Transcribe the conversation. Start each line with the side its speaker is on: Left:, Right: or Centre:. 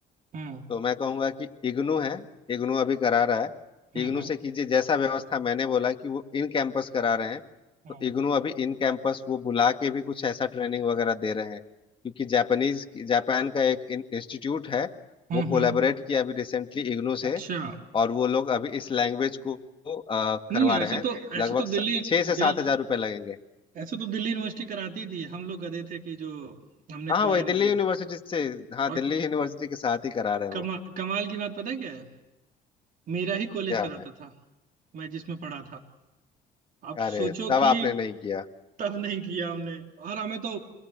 Right: हम्म
Left: तो मैं कहूंगा कि इग्नू है इग्नू अभी करा रहा है
Right: हम्म
Left: इग्नू
Right: हम्म
Left: से कीजिए जैसा व्यवस्था मैंने बोला कि वो इन कैंपस करा रहे हैं
Right: हम्म
Left: तो इग्नू अभी इन कैंपस वो बुला के भी कुछ ऐसा ट्रेनिंग वगैरह दे रहे हैं क्योंकि जापानीज जापान का एक इंस्टीट्यूट है
Right: हम्म
Left: वो कोलैबोरेट
Right: हम्म।
Left: किया अभी रिसेंटली इग्नू से
Right: अच्छा
Left: और वो लोग अभी इस लैंग्वेज को अ,
Right: नहीं
Left: करवा रहे
Right: ऐसा
Left: हैं
Right: तो
Left: लगभग
Right: ऐसा तो
Left: स-
Right: दिल्ली
Left: छह से सात
Right: दिल
Left: हजार रुपये लगेंगे
Right: ऐसा तो दिल्ली यूनिवर्सिटी कराती थी हम लोग गधे थे कि जो हमने
Left: हाँ हाँ,
Right: करा
Left: वही
Right: नहीं
Left: दिल्ली
Right: जो
Left: यूनिवर्सिटी से हाँ
Right: और
Left: दिल्ली यूनिवर्सिटी के साथ ही करा रहे हैं
Right: कमा,
Left: वो
Right: कमाल की बात पता है क्या है मेरा ही कॉलेज
Left: क्या
Right: कराता
Left: है
Right: था मैं जिसमें पढ़ा था आप
Left: अरे
Right: सोचो
Left: तब
Right: कि
Left: आपने नहीं किया
Right: तब नहीं किया हमने और हमें तो